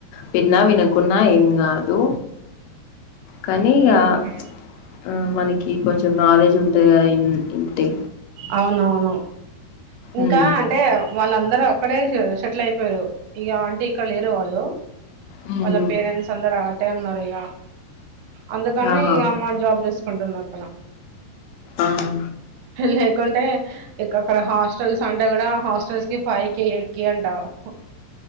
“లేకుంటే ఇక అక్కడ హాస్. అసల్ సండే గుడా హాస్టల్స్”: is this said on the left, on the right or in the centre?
Right